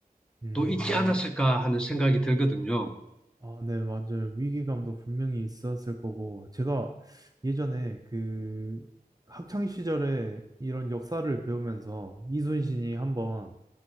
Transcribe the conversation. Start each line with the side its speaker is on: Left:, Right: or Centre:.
Right: 음.
Centre: 있지 않았을까 하는 생각이 들거든요.
Right: 아, 네, 맞아요. 위기감도 분명히 있었을 거고, 제가 예전에 그 학창 시절에 이런 역사를 배우면서 이순신이 한번